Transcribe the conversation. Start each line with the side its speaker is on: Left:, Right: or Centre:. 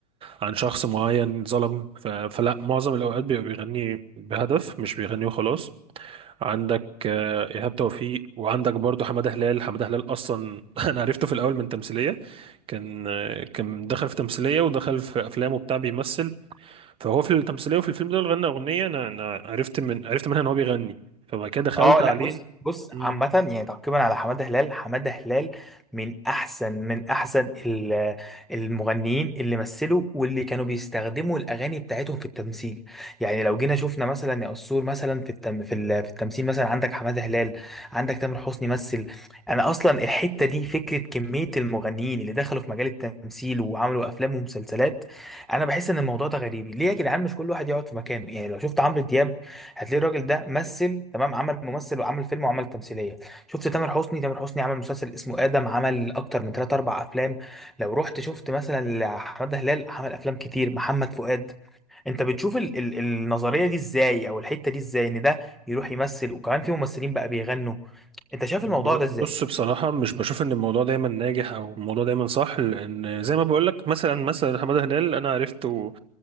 Right: عن شخص معين ظلم ف... فلا معظم الاوقات بيبقى بيغني بهدف مش بيغني وخلاص عندك آه، ايهاب توفيق وعندك برضه حماده هلال حماده هلال اصلا <laughs> انا عرفته في الاول من تمثيليه كان آه، كان دخل في تمثيلية ودخل في أفلام وبتاع بيمثل فهو في التمثيليه وفي الفيلم ده غنى اغنيه انا انا عرفت من عرفت منها ان هو بيغني فبعد كده دخلت
Centre: اه
Right: عليه
Centre: لا بص بص
Right: مم.
Centre: عامة يعني تعقيبا على حمادة هلال حمادة هلال من أحسن من أحسن ال- المغنيين اللي مثلوا واللي كانوا بيستخدموا الأغاني بتاعتهم في التمثيل يعني لو جينا شفنا مثلا يا قصور مثلا في التم في, ال- في التمثيل مثلا عندك حمادة هلال عندك تامر حسني مثل أنا أصلا الحتة دي فكرة كمية المغنيين اللي دخلوا في مجال التمثيل وعملوا أفلام ومسلسلات أنا بحس إن الموضوع ده غريب ليه يا جدعان مش كل واحد يقعد في مكانه يعني لو شفت عمرو دياب هتلاقي الراجل ده مثل تمام عمل ممثل وعمل فيلم وعمل تمثيليه شفت تامر حسني تامر حسني عمل مسلسل اسمه ادم عمل اكتر من 3 4 افلام لو رحت شفت مثلا حماده هلال عمل افلام كتير محمد فؤاد انت بتشوف ال ال النظريه دي ازاي او الحته دي ازاي ان ده يروح يمثل وكمان في ممثلين بقى بيغنوا انت شايف
Right: ب-
Centre: الموضوع ده ازاي
Right: بص بصراحه مش بشوف ان الموضوع دايما ناجح او الموضوع دايما صح لان زي ما بقول لك مثلا مثلا حماده هلال انا عرفته